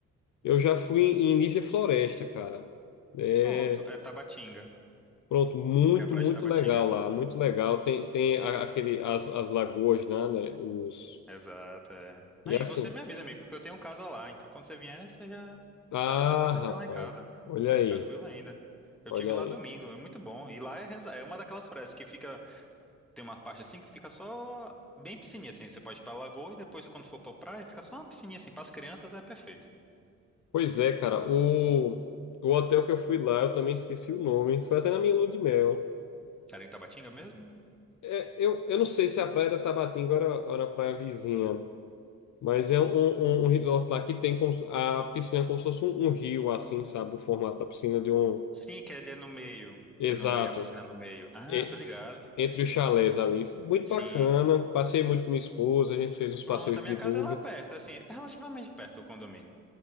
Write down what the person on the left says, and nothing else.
eu já fui em Nísia Floresta, cara. É,
Pronto, muito,
muito
legal lá, muito legal. Tem, tem a- aquele, as, as lagoas, né, né, Os...
E
assim.
Ah,
rapaz,
olha
aí,
olha
aí.
Pois é, cara, o, o hotel que eu fui lá, eu também esqueci o nome, foi até na minha lua de mel.
É, eu, eu não sei se a praia da Tabatinga era, era a praia vizinha, mas é um, um, um resort lá que tem como se- a piscina é como se fosse um, um rio, assim, sabe? O formato da piscina de um.
Exato.
e-
entre os chalés ali. Foi Muito
bacana. Passei muito com minha esposa, a gente fez uns passeios
de bug.